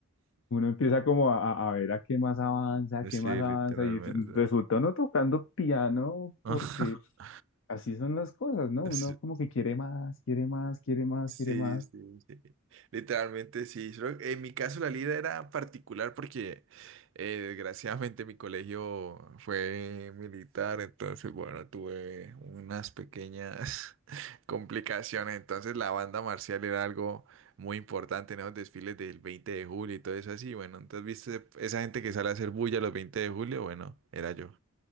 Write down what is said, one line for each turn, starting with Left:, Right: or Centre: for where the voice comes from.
Left: uno empieza como a, a- a ver a qué más avanza, a qué
Right: Sí,
Left: más avanza,
Right: literalmente.
Left: y t- resulta uno tocando piano,
Right: <laughs>
Left: porque así son las cosas, ¿no? Uno
Right: sí
Left: como que quiere más, quiere más, quiere más,
Right: Sí,
Left: quiere más.
Right: sí, sí. Literalmente sí. Solo En mi caso la lira era particular porque eh, desgraciadamente mi colegio fue militar, entonces bueno, tuve unas pequeñas <laughs> complicaciones. Entonces la banda marcial era algo muy importante en esos desfiles del 20 de julio y todo eso así. Bueno, entonces viste esa gente que sale a hacer bulla los 20 de julio, bueno, era yo.